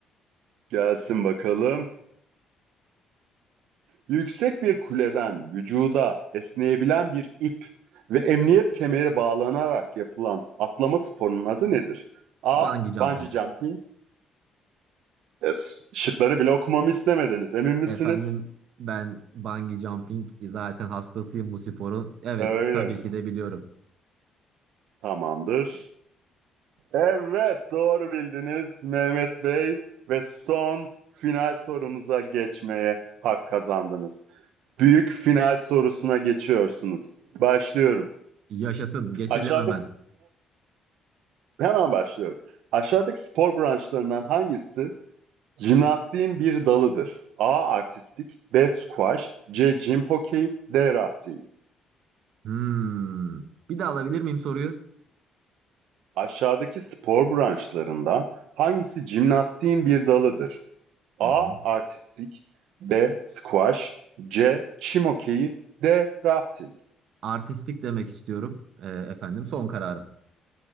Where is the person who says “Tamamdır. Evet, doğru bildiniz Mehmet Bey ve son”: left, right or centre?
Right